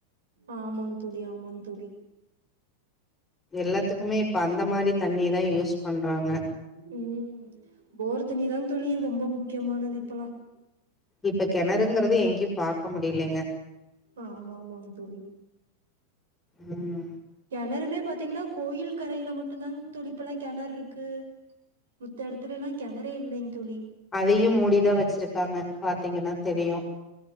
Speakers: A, on the right; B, on the left.
A: ஆமாங் தோழி ஆமாங் தோழி
B: எல்லாத்துக்குமே இப்ப அந்த மாரி தண்ணியதா யூஸ் பண்றாங்க
A: ம் போர் தண்ணிதாங் தோழி ரொம்ப முக்கியமானது இப்பலா
B: இப்ப கெணறுங்குறது எங்கியு பாக்க முடிலிங்க
A: ஆமாமாங் தோழி
B: ம்
A: கெணறுமே பாத்திங்னா கோயில் கரையில மட்டுதாங் தோழி இப்பலா கெணர்ருக்கு முத்தெடத்துலல்லா கெணறே இல்லைங் தோழி
B: அதையு மூடிதா வச்சிருக்காங்க பாத்தீங்கன்னா தெரியு